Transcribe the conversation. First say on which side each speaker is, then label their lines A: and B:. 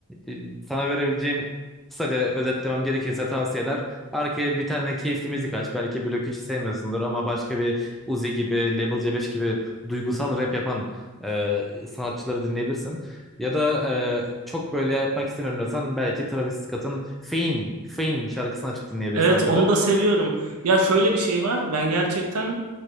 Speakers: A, in the centre; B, on the right.
A: E, Sana verebileceğim kısaca özetlemem gerekirse tavsiyeler. Arkaya bir tane keyifli müzik aç. Belki blok 3'ü sevmiyorsundur ama başka bir Uzi gibi, Level C5 gibi duygusal rap yapan e, sanatçıları dinleyebilirsin. Ya da e, çok böyle yapmak istemiyorum desen belki Travis Scott'ın Fein, Fein şarkısını açıp dinleyebilirsin
B: Evet
A: arkada.
B: onu da seviyorum. Ya şöyle bir şey var. Ben gerçekten